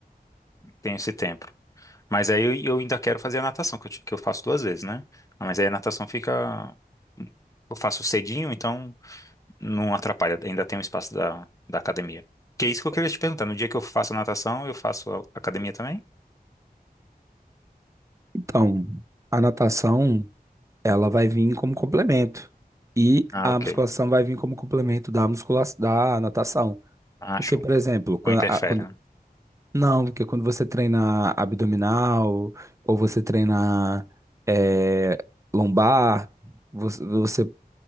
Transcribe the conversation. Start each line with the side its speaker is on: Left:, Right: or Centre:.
Left: tem esse tempo. Mas aí eu, eu ainda quero fazer a natação, que eu, ti- que eu faço duas vezes, né? Ah, Mas aí a natação fica. Eu faço cedinho, então não atrapalha, ainda tem um espaço da, da academia. Que é isso que eu queria te perguntar. No dia que eu faço a natação, eu faço a academia também?
Right: Então, a natação, ela vai vir como complemento. E
Left: Ah,
Right: a
Left: ok.
Right: musculação vai vir como complemento da musculação, da natação.
Left: Ah,
Right: Porque,
Left: show.
Right: por exemplo, quando,
Left: Não interfere,
Right: a- quando-
Left: né?
Right: não, porque quando você treina abdominal ou você treina eh, lombar, você, você